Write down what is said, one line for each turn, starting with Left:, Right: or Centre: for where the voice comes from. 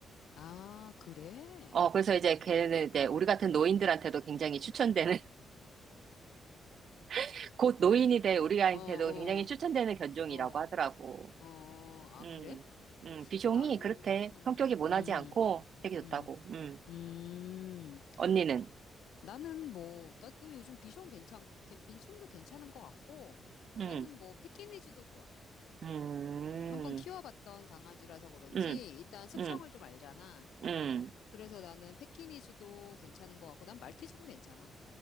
Left: 아, 그래?
Right: 어, 그래서 이제 걔는 이제
Left: 어,
Right: 우리 같은 노인들한테도 굉장히 추천되는, <laughs> 곧 노인이 될 우리한테도
Left: 어, 어,
Right: 굉장히 추천되는 견종이라고
Left: 어,
Right: 하더라고.
Left: 어. 아,
Right: 음,
Left: 그래?
Right: 음, 비숑이
Left: 나는,
Right: 그렇대.
Left: 음,
Right: 성격이 모나지
Left: 음,
Right: 않고 되게 좋다고.
Left: 음,
Right: 음,
Left: 음.
Right: 언니는?
Left: 나는 뭐, 나도 요즘 비숑 괜찮, 괜- 빈총도 괜찮은 것 같고,
Right: 음,
Left: 나는 뭐, 패키니즈도 좋아.
Right: 음,
Left: 음, 한번 키워봤던 강아지라서 그런지,
Right: 음,
Left: 일단 습성을
Right: 음,
Left: 좀 알잖아.
Right: 음.
Left: 그래서 나는 패키니즈도 괜찮은 것 같고, 난 말티즈도 괜찮아.